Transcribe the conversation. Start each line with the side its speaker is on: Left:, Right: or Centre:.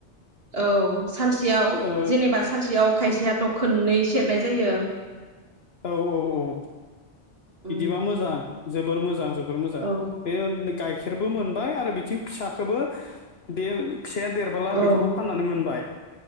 Right: औ सानसेयाव
Left: ओ
Right: जेनेबा सानसेयाव खायसेयाथ' खननै सेरनाय जायो।
Left: औ औ औ।
Right: उम
Left: बिदिबा मोजां। जोबोर मोजां जोब बोर मोजां
Right: औ
Left: बे उननि गाइखेरबो मोनबाय आरो बिथिं फिसाखोबो दे फिसाया देरबोला
Right: औ
Left: बेखौबो फाननानै मोनबाय।